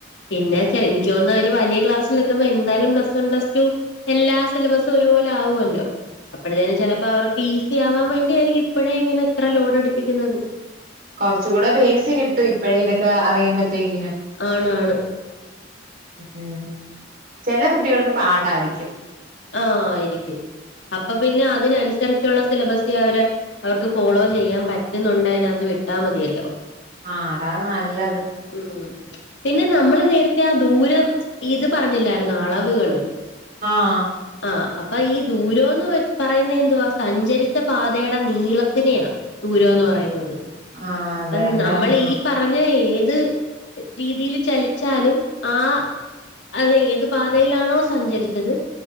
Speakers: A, on the left; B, on the right.
A: പിന്നെക്കെ എനിക്ക് തോനുന്നു അവര് വലിയ ക്ലാസ്സിൽ എത്തുമ്പോ എന്തായാലും പ്ലസ് വൺ പ്ലസ് ടു എല്ലാ സിലബസും ഒരുപോലാവുവല്ലോ അപ്പോഴത്തേനും ചെലപ്പവർക്ക് ഈസി ആവാൻ വേണ്ടിആയിരിക്കും ഇപ്പഴേ ഇങ്ങനെ ഇത്ര ലോഡെടുപ്പിക്കുന്നത്
B: കൊറച്ച് കൂടെ ബേസ് കിട്ടും ഇപ്പഴേ ഇതൊക്കെ അഅറിയുമ്പോഴ്‌ത്തേക്കിനും
A: ആണാണ്
B: ഉം ചെല കുട്ടികൾക്ക് പാടായിരിക്കും
A: ആഹ് ആയിരിക്കും അപ്പൊ പിന്നെ അതിനനുസരിച്ചുള്ള സിലബസേ അവര് അവർക്ക് ഫോളോ ചെയ്യാൻ പറ്റുന്നുണ്ട് അതിനകത്ത് വിട്ടാൽ മതിയല്ലോ
B: ആഹ് അതാണ് നല്ലത്
A: ഉം പിന്നെ നമ്മള് നേരത്തെ ആഹ് ദൂരം ഇത് പറഞ്ഞില്ലായിരുന്നു അളവ് ളവ്കൾ
B: ആഹ്
A: ആഹ് അപ്പൊ ഈ ദൂരംന്ന് പറയുന്നതെന്തുവാ സഞ്ചരിച്ച പാതയുടെ നീളത്തിനെയാ ദൂരന്ന് പറയുന്നത്
B: ആഹ് അതെല്ലേ
A: അത് നമ്മൾ
B: ആഹ്
A: ഈ പറഞ്ഞ ഏത് രീതിയിൽ ചലിച്ചാലും ആഹ് അത് എത് പാത തയിലാണോ സഞ്ചരിച്ചത്